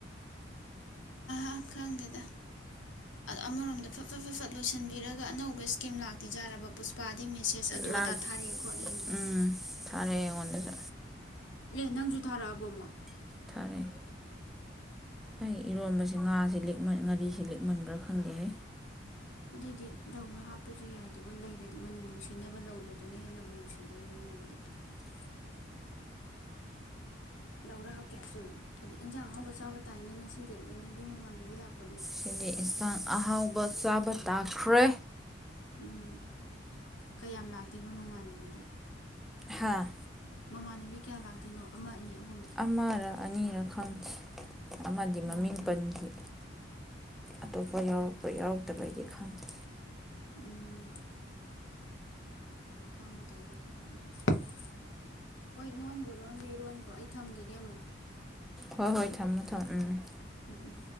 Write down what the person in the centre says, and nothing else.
ꯂꯥꯛ
ꯎꯝ ꯊꯥꯔꯛꯑꯦ ꯑꯩꯉꯣꯟꯗꯁꯨ
ꯊꯥꯔꯛꯑꯦ ꯑꯩ ꯏꯔꯣꯟꯕꯁꯦ ꯉꯥꯁꯦ ꯂꯤꯛꯃꯟ ꯉꯥꯔꯤꯁꯤ ꯂꯤꯛꯃꯟꯕ꯭ꯔꯥ ꯈꯪꯗꯦꯍꯦ
ꯉꯁꯤꯗꯤ ꯏꯟꯁꯥꯡ ꯑꯍꯥꯎꯕ ꯆꯥꯕ ꯇꯥꯈ꯭ꯔꯦ
ꯍꯥꯥ
ꯑꯃꯔ ꯑꯅꯤꯔ ꯈꯪꯈꯤ ꯑꯃꯗꯤ
ꯃꯃꯤꯡ ꯄꯟꯈꯤ ꯑꯇꯣꯞꯄ ꯌꯥꯎꯔꯛꯄ꯭ꯔꯥ ꯌꯥꯎꯔꯛꯇꯕꯩꯗꯤ ꯈꯪꯗꯦ
ꯍꯣꯏ ꯍꯣꯏ ꯊꯝꯃꯣ ꯊꯝꯃꯣ ꯎꯝ